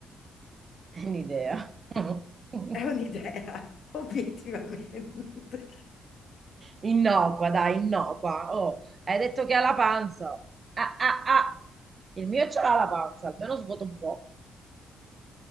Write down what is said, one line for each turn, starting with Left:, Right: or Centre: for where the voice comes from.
Right: è Un'idea. <laughs>
Left: È un'idea, <laughs> obiettivamente.
Right: Innocua, dai, innocua. Oh, hai detto che ha la panza. Ah, ah, ah. Il mio ce l'ha la panza, almeno svuota un po'.